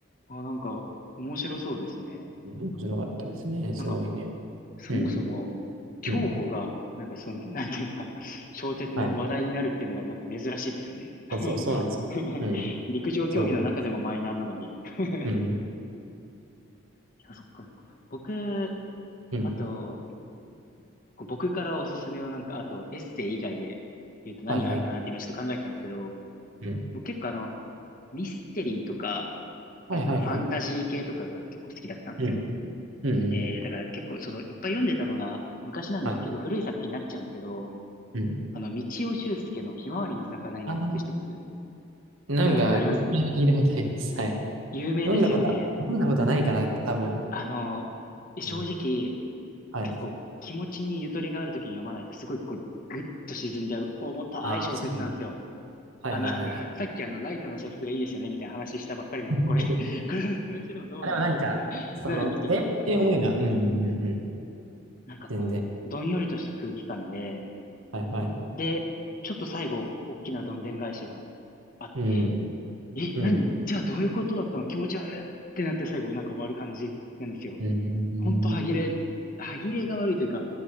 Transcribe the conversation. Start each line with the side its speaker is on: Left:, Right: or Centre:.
Left: あ、なんか、面白そうですね。
Right: 面白かったですね。すごいね。
Left: なんか、そもそも、
Right: うん。
Left: 競歩が、
Right: うん。
Left: なんかその、<laughs> なんていうんですか、小説の話題になるっていうのが、
Right: はい。
Left: なんか珍しいですよね。<laughs>
Right: そうそう、そうなんです。うん。
Left: 陸上競技の中でもマイナーなのに。
Right: そ
Left: <laughs>
Right: う。うん。
Left: いやそっかそっか。僕、
Right: うん。
Left: あと、こう僕からおすすめをなんか、あとエッセイ以外で言うと何があるかなって今ちょっと考えてたんですけど、
Right: はいはい。うん。
Left: 僕結構あの、ミステリーとか、
Right: はいはいはい。
Left: あ、なんかファンタジー系とかが結構好きだったんですよ。
Right: うん。うんうん。
Left: で、だから結構その、いっぱい読んでたのが昔なんで結構古い作品になっちゃうんですけど、
Right: はい。うん。
Left: あの、道尾修介のひまわりの魚になってって知ってます
Right: ああ、なんか、
Left: 読んだことあります
Right: 聞いたことあります。はい。
Left: 有名ですよね。
Right: 読んだことは、読んだことはないかな、多分。
Left: あの、正直、
Right: うん。はい。
Left: 結構気持ちにゆとりがあるときに読まないとすごいこう、ぐっと沈んじゃう重たい小説なんですよ。
Right: ああ、そう。はいはいはいはい。
Left: あの、<laughs> さっきあの、ライトな小説がいいですよね、みたいな話したばっかりなのに、
Right: <laughs>
Left: これ、<laughs> これをお勧めするのどうなんだよってなるんですけど、
Right: あ、でもなんか、その、テーマって重いな。うんうんうんうん。
Left: なんかこう、
Right: 全然。
Left: どんよりとした空気感で、
Right: はいはい。
Left: で、ちょっと最後、大きなどんでん返しがあって、
Right: うん。
Left: え、
Right: うん。
Left: 何じゃあどういうことだったの気持ち悪いってなって最後なんか終わる感じなんですよ。
Right: うん。
Left: ほんと歯切れ、歯切れが悪いというか、